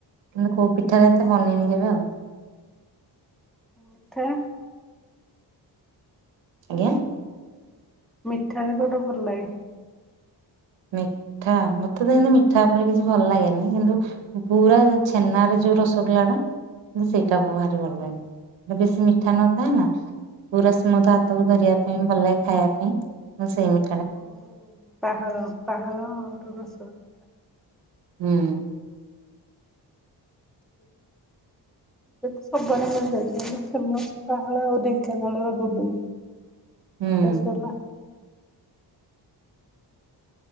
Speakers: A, on the right (about 90°); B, in the centre.
A: କିନ୍ତୁ କୋଉ ପିଠାରେ ଏତେ ବନେଇନି
B: ମିଠା
A: କେବେ ଆଉ।
B: ମିଠା।
A: ଆଜ୍ଞା।
B: ମିଠାରେ କୋଉଟା ଭଲ ଲାଗେ?
A: ମିଠା ମତେ ତ ସେନ୍ତୀ ମିଠା ଉପରେ କିଛି ଭଲ ଲାଗେନି, କିନ୍ତୁ ପୁରା ଛେନାରେ ଯୋଉ ରସଗୋଲା ଟା ମୁଁ ସେଇ ଭାରି ଭଲ ଲାଗେ ବେଶୀ ମିଠା ନଥାଏ ନା ପୁରା ସ୍ମୁଥ ହାତ କୁ ଧରିବା ପାଇଁ ଭଲ ଲାଗେ ଖାଇଆ ପାଇଁ ମୁଁ ସେଇ ମି
B: ଆମର ପାହାଳ ପାହାଳର ରସଗୋଲଟା
A: ହୁଁ।
B: ସେଇଟା। ଏବେ ତ ସବୁ ଆଡେ ମିଳି ଯାଉଛି କିନ୍ତୁ ଫେମସ୍ ଟା ହେଲା ଢେଙ୍କାନାଳର ଜୁବୁଲ
A: ହୁଁ
B: ବାସ ସରଲା